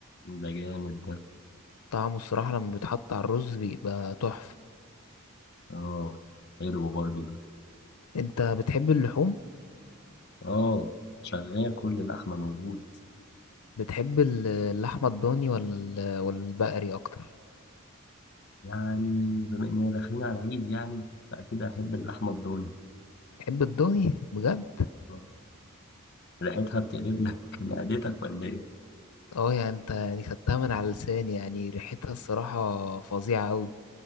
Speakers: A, on the left (about 50°); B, on the left (about 85°).
A: ده جامد ده
B: طعمه الصراحه لما بيتحط على الرز بيبقى تحفه
A: اه حلو برضه ده
B: انت بتحب اللحوم
A: اه شغال كل اللحمة موجود
B: بتحب ال- اللحمة الضاني ولا ال- ولا البقري أكتر؟
A: يعني بما إننا داخلين على العيد يعني فأكيد أحب اللحمة الضاني
B: بتحب الضاني بجد؟
A: آه. ريحتها بتقلب لك <laughs> معدتك ولا إيه؟
B: اه يعني انت يعني خدتها من على لساني يعني ريحتها الصراحة فظيعة أوي